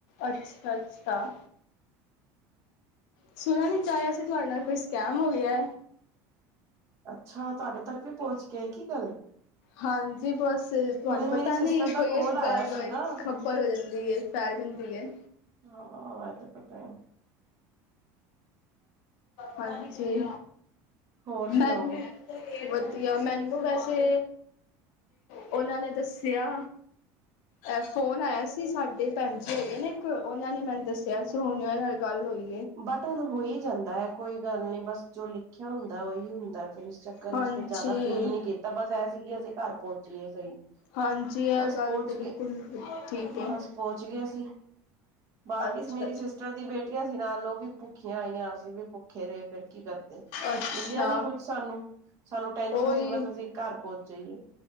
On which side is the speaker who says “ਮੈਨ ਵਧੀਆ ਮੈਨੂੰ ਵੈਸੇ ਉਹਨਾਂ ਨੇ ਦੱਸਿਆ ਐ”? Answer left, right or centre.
Left